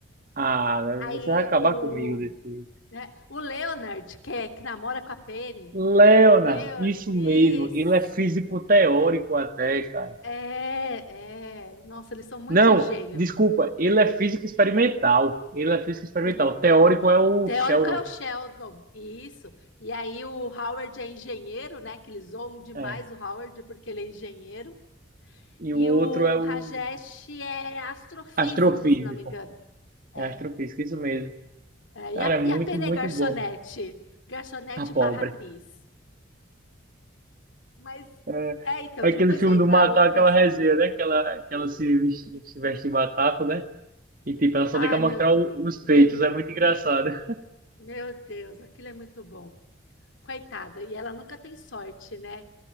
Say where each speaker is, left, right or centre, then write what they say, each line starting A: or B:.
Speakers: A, on the right; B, on the left.
A: Ah, né?
B: Aí
A: você vai acabar
B: o...
A: comigo desse jeito.
B: né? O Leonard, que, é, que namora com a Penny.
A: Leonard,
B: O Leon...
A: isso
B: Isso.
A: mesmo. Ele é físico teórico até, cara.
B: É, é. Nossa, eles são muito
A: Não,
B: gênio.
A: desculpa, ele é físico experimental. Ele é físico experimental.
B: O, o
A: Teórico é o
B: teórico
A: Sheldon.
B: é o Sheldon. Isso. E aí o Howard é engenheiro, né? Que eles zoam demais
A: É.
B: o Howard porque ele é engenheiro.
A: E
B: E
A: o outro
B: o
A: é o
B: Rajesh é astrofísico,
A: astrofísico.
B: se não me engano. É.
A: É astrofísico, isso mesmo.
B: É,
A: Cara,
B: e a,
A: é muito,
B: e a Penny
A: muito
B: é garçonete.
A: bom.
B: Garçonete
A: A
B: barra
A: pobre.
B: atriz. Mas,
A: É,
B: é, então,
A: aquele
B: depois
A: filme
B: vai entrar
A: do macaco,
B: outras
A: aquela resenha, né? Que ela, que ela se veste, se veste de macaco, né? E tipo, ela só
B: Ah,
A: tem que mostrar
B: meu,
A: o- os peitos.
B: meu,
A: É muito engraçado.
B: meu Deus, aquilo é muito bom. Coitada, e ela nunca tem sorte, né?